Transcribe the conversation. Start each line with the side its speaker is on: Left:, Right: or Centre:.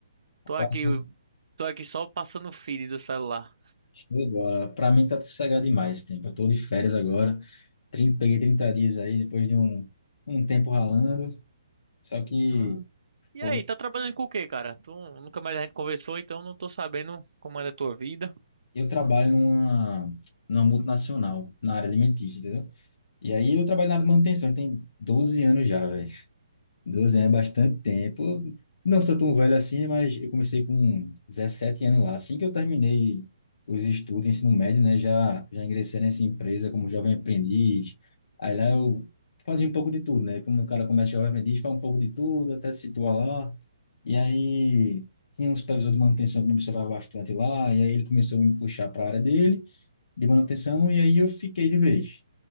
Left: ocupado.
Right: tô aqui, tô aqui só passando o feed do celular.
Left: Show de bola. Pra mim tá sossegado demais esse tempo. Eu tô de férias agora. 30, peguei 30 dias aí, depois de um, um tempo ralando. Só que
Right: Ah. E
Left: pô,
Right: aí, tá trabalhando com o quê, cara? Tu, nunca mais a gente conversou, então não tô sabendo como é a tua vida.
Left: eu trabalho numa, numa multinacional, na área alimentícia, entendeu? E aí eu trabalho na área de manutenção. Tem 12 anos já, velho. doze anos é bastante tempo. Não sou tão velho assim, mas eu comecei com 17 anos lá. Assim que eu terminei os estudos, ensino médio, né, já, já ingressei nessa empresa como jovem aprendiz. Aí lá eu fazia um pouco de tudo, né? Como o cara começa jovem aprendiz, faz um pouco de tudo, até se situar lá. E aí tinha um supervisor de manutenção que me observava bastante lá, e aí ele começou a me puxar para a área dele, de manutenção, e aí eu fiquei de vez.